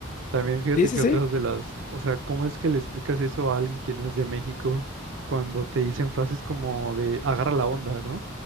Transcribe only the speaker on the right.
También fíjate
que
otras de las, o sea, ¿cómo es que le explicas eso a alguien que no es de México cuando te dicen frases como de agarra la onda, ¿no?